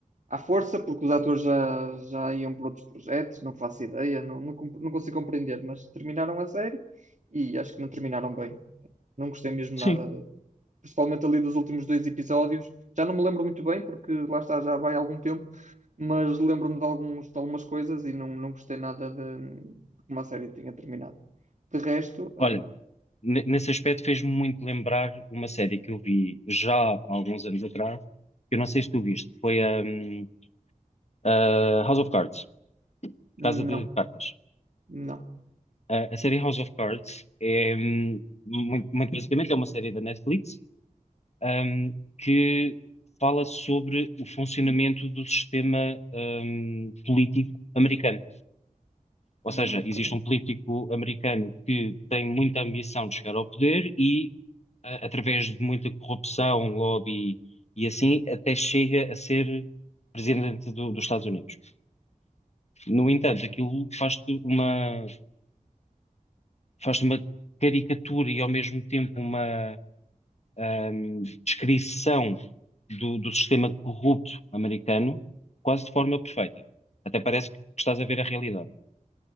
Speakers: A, on the right (about 55°); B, on the left (about 50°).
A: à força, porque os atores já, já iam para outros projetos, não faço ideia, não, não, comp- não consigo compreender, mas terminaram a série e acho que não terminaram bem. Não gostei mesmo
B: Sim.
A: nada, principalmente ali dos últimos dois episódios. Já não me lembro muito bem, porque lá está, já vai algum tempo, mas lembro-me de, alguns, de algumas coisas e não, não gostei nada de, de como a série tinha terminado. De resto, ah,
B: Olha, ne- nesse aspecto fez-me muito lembrar uma série que eu vi já há alguns anos atrás, que eu não sei se tu viste, foi a, hum, a House of Cards,
A: não,
B: Casa de Cartas.
A: não,
B: A, a série House of Cards é, hum, muito, muito basicamente, é uma série da Netflix ahm, que fala sobre o funcionamento do sistema, ahm, político americano. Ou
A: não,
B: seja,
A: ok.
B: existe um político americano que tem muita ambição de chegar ao poder e, a- através de muita corrupção, lobby e assim, até chega a ser presidente do- dos Estados Unidos. No entanto, aquilo faz-te uma, faz uma caricatura e, ao mesmo tempo, uma ahm, descrição do, do sistema corrupto americano quase de forma perfeita. Até parece que estás a ver a realidade.